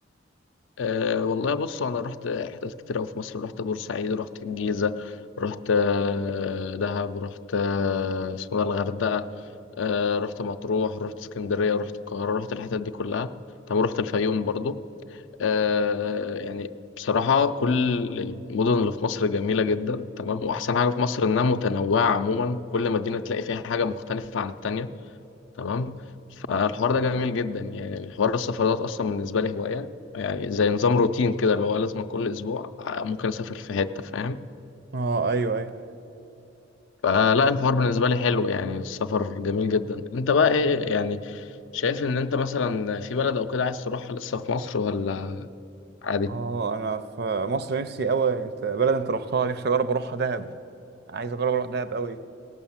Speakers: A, on the left; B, on the right.
A: أه والله بص انا رحت حتت كتير قوي في مصر رحت بورسعيد رحت الجيزه رحت آه، دهب رحت آه، اسمه ده الغردقه أه رحت مطروح رحت اسكندريه رحت القاهره رحت الحتت دي كلها طب رحت الفيوم برضو أه يعني بصراحة كل المدن اللي في مصر جميلة جدا تمام وأحسن حاجة في مصر إنها متنوعة عموما كل مدينة تلاقي فيها حاجة مختلفة عن التانية تمام فالحوار ده جميل جدا يعني الحوار السفرات اصلا بالنسبه لي هوايه يعني زي نظام روتين كده اللي هو لازم كل اسبوع آه، ممكن اسافر في حته فاهم
B: اه ايوه ايوه
A: فلا الحوار بالنسبه لي حلو يعني السفر جميل جدا انت بقى ايه يعني شايف ان انت مثلا في بلد او كده عايز تروحها لسه في مصر ولا عادي
B: اه انا في مصر نفسي قوي انت بلد انت رحتها نفسي اجرب اروحها دهب عايز اجرب اروح دهب قوي